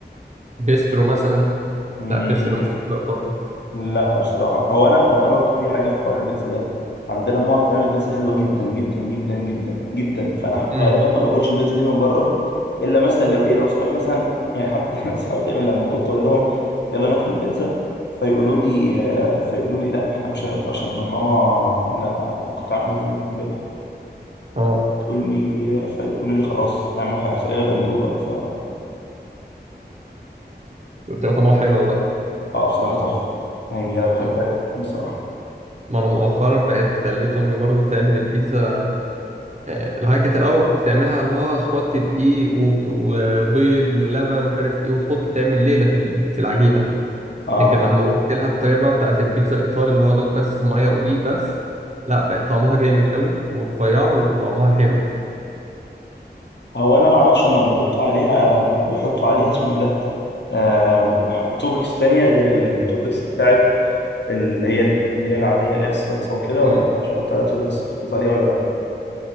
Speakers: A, on the right; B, on the left.
A: بيسترو مثلا
B: ده
A: لا بيسترو مش بيتزا إيطالي
B: لا بصراحة هو أنا هو أنا برضو في حاجة في حوار البيتزا ده عندنا ماما بتعمل بيتزا حلوة جدا جدا جدا جدا جدا فأنا
A: امم
B: غالبا ما باكلش البيتزا دي من بره إلا مثلا لو إيه لو أصحابي مثلا يعني حتى <laughs> أصحابي دايما لما كنت أقول لهم يلا ناكل بيتزا فيقولوا لي آه، فيقولوا لي لا إحنا مش هنقدر عشان ماما عاملة كنت عامل بيتزا من إمبارح
A: أه
B: تقول لي فيقولوا لي خلاص يا عم خ- خلينا بندوب بقى ف
A: بتبقى طعمها حلوة بقى
B: آه بصراحة تحفة يعني أنا بحبها
A: ما
B: جدا بصراحة
A: ما أنا مؤخرا بقت خليت أمي برضو تعمل البيتزا آه، الهاي كانت الاول بتعملها اللي هو تحط دقيق وب- وبيض ولبن ومش عارف ايه وتحط تعمل ليله في ال- في العجينه
B: آه
A: لكن لما قلت لها الطريقه بقى بتاعت البيتزا الايطالي اللي هو دوك بس ميه ودقيق بس لا بقت طعمها جامد قوي ورفيعه وطعمها حلو
B: هو انا ما اعرفش هم بيحطوا عليها بيحطوا عليها اسمه ايه ده آه... توبكس تانية غير التوبكس بتاعت اللي هي اللي هي العادية اللي هي الصلصة وكده
A: امم
B: ولا مش بيحطوا عليها توبكس في ايطاليا ولا لا